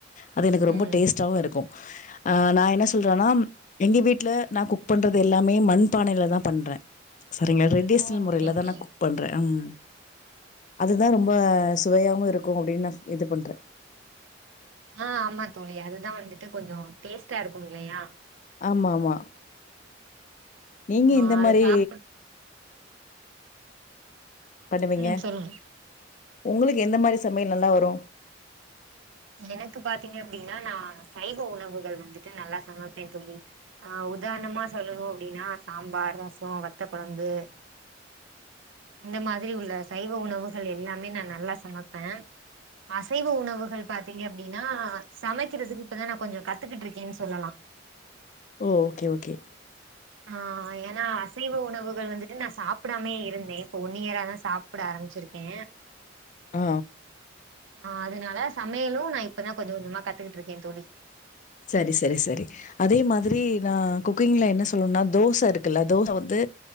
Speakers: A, on the left; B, on the right.
A: அது எனக்கு ரொம்ப
B: ம்
A: டேஸ்ட்டாவு இருக்கு ஆ நா என்ன சொல்றன்னா எங்க வீட்ல நா குக் பண்றது எல்லாமே மண் பானைலதா பண்ற சரிங்களா ரெடிஸ்னல்
B: ஓ
A: முறையிலதா
B: ஓகே ஓகே
A: நா குக் பண்ற, ம் தா ரொம்ப சுவையாவு இருக்கு அப்டினு நா இது பண்றே
B: ஆ, ஆமா தோழி அதுதா வந்துட்டு கொஞ்சோ டேஸ்ட்டா இருக்கு இல்லையா
A: ஆமா ஆமா, நீங்க
B: ஆ
A: இந்த
B: அது
A: மாரி
B: சாப்ப
A: பண்ணுவீங்க
B: ம் சொல்லுங்க
A: உங்களுக்கு எந்த மாரி சமையல் நல்லா வரு
B: எனக்கு பாத்தீங்க அப்டின்னா நா சைவ உணவுகள் வந்துட்டு நல்லா சமப்பே தோழி ஆ உதாரணமா சொல்லணு அப்டின்னா சாம்பார், ரசோ, வத்த கொழம்பு இந்த மாதிரி உள்ள சைவ உணவுகள் எல்லாமே நா நல்லா சமப்ப அசைவ உணவுகள் பாத்தீங்க அப்டின்னா சமைக்கிறதுக்கு இப்பதா நா கொஞ்சோ கத்துக்கிட்டு இருக்கேனு சொல்லலா
A: ஓ ஓகே ஓகே
B: <inaudible> ஆ ஏனா அசைவ உணவுகள் வந்துட்டு நா சாப்டாமே இருந்தே இப்ப ஒன்‌ இயராதா சாப் புட ஆரம்பிச்சிருக்கே
A: ஆ
B: ஆ அதனால சமையலு நா இப்பதா கொஞ்ச கொஞ்சமா கத்துக்கிட்ருக்கே தோழி
A: சரி சரி சரி அதே மாதிரி நா குக்கிங்ல என்ன சொல்லணும்னா தோச இருக்குல்ல தோச வந்து